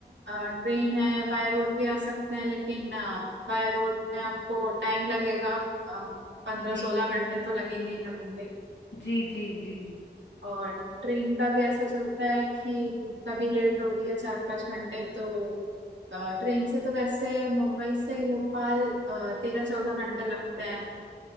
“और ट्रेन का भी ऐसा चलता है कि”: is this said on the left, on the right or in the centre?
Right